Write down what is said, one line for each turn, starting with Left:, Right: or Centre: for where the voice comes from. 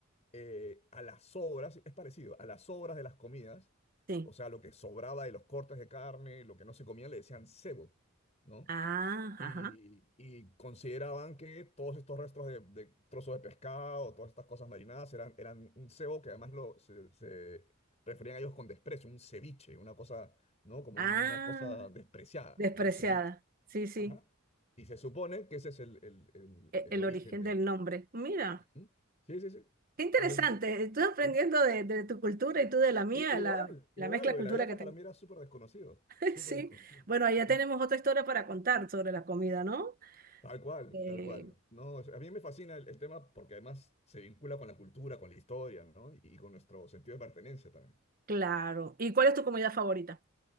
Left: eh, a las sobras, es parecido, a las sobras de las comidas,
Right: sí.
Left: o sea, lo que sobraba de los cortes de carne, lo que no se comía, le decían cebo. ¿no?
Right: Ah,
Left: y,
Right: ajá.
Left: y consideraban que todos estos restos de, de trozos de pescado, todas estas cosas marinadas, eran, eran un cebo que además lo, se, se referían a ellos con desprecio, un ceviche, una cosa, ¿no? Como
Right: Ah,
Left: una cosa despreciada,
Right: despreciada.
Left: ¿no? Un ceviche.
Right: Sí, sí.
Left: Ajá. Y se supone que ese es el, el, el,
Right: e-
Left: el
Right: El
Left: origen
Right: origen
Left: del...
Right: del nombre. Mira,
Left: Ujú. Sí, sí, sí.
Right: qué interesante.
Left: Entonces,
Right: Estoy aprendiendo
Left: sí.
Right: de, de tu cultura y tú de la mía,
Left: I- igual,
Right: la,
Left: igual,
Right: la mezcla
Left: lo de
Right: cultura
Left: la yaca
Right: que tengo.
Left: para mí era súper desconocido,
Right: <laughs>
Left: súper
Right: Sí,
Left: desconocido.
Right: bueno, ahí ya
Left: Ujú.
Right: tenemos otra historia para contar sobre la comida, ¿no?
Left: Tal cual,
Right: Eh,
Left: tal cual. No, o sea, a mí me fascina el, el tema porque además se vincula con la cultura, con la historia, ¿no? Y, y con nuestro sentido de pertenencia también.
Right: claro. ¿Y cuál es tu comida favorita?